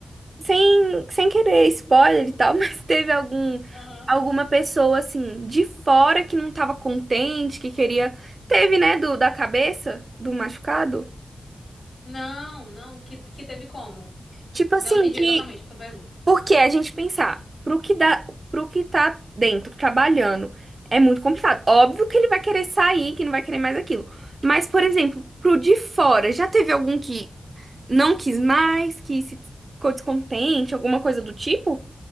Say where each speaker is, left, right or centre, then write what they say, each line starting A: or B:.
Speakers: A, on the right; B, on the left.
A: Sem, sem querer spoiler e tal, <laughs> mas teve algum.
B: Aham.
A: Alguma pessoa, assim, de fora que não tava contente, que queria. Teve, né, do, da cabeça, do machucado?
B: Não, não, que, que teve como?
A: Tipo assim,
B: Não entendi
A: que.
B: exatamente a tua pergunta.
A: Porque a gente pensar, pro que dá, pro que tá dentro, trabalhando, é muito complicado. Óbvio que ele vai querer sair, que não vai querer mais aquilo. Mas, por exemplo, pro de fora, já teve algum que. Não quis mais, que se ficou descontente, alguma coisa do tipo?